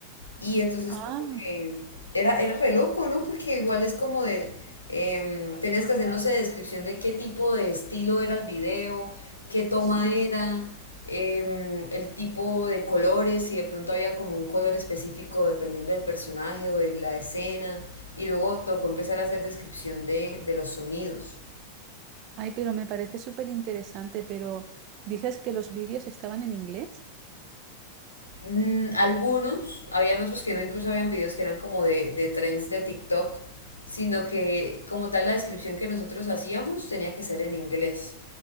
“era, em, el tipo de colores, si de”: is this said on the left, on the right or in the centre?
Left